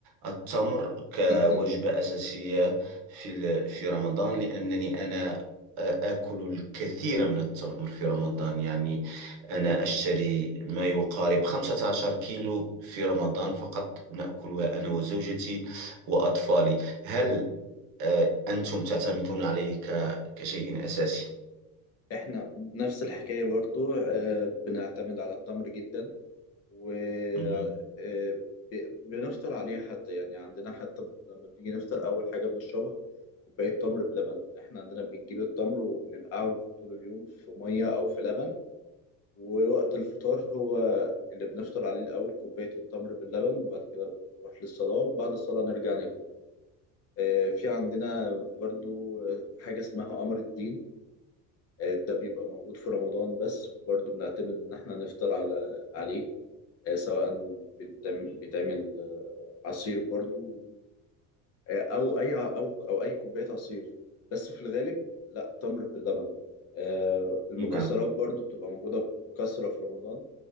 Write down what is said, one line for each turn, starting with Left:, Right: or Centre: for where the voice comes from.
Right: التمر كوجبة
Left: جدا
Right: أساسية في ال- في رمضان لأنني أنا آه، آكل الكثير من التمر في رمضان يعني أنا أشتري ما يقارب 15 كيلو في رمضان فقط نأكلها أنا وزوجتي وأطفالي هل آه، أنتم تعتمدون عليه ك- كشيء أساسي؟
Left: احنا نفس الحكاية برضو آه، بنعتمد على التمر جدا و
Right: مهم.
Left: آه، ب- بنفطر عليه حتى يعني عندنا حتى ب- لما بنيجي نفطر أول حاجة بنشربها كوباية تمر بلبن احنا عندنا بنجيب التمر وبننقعه طول اليوم في مية أو في لبن ووقت الفطار هو اللي بنفطر عليه الأول كوباية التمر باللبن وبعد كده بنروح للصلاة وبعد الصلاة نرجع ناكل آه، في عندنا برضو حاجة اسمها قمر الدين آه، ده بيبقى موجود في رمضان بس برضو بنعتمد إن إحنا نفطر على عليه آه، سواء بيتعمل بيتعمل، آه، عصير برضو آه، أو أي ع- أو أو أي كوباية عصير بس في الغالب لا تمر باللبن آه، المكسرات
Right: نعم
Left: برضو بتبقى موجودة بكثرة في رمضان